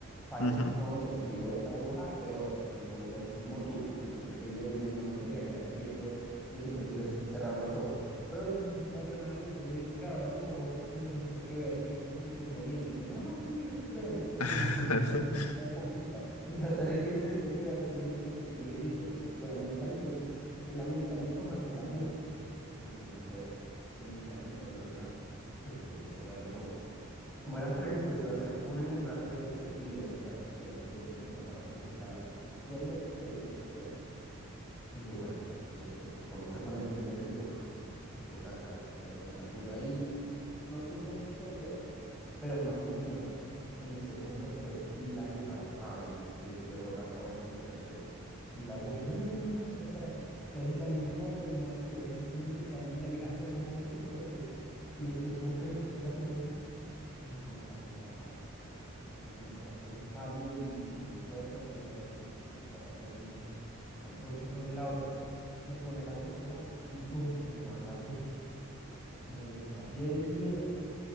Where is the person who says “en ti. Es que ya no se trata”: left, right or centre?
Centre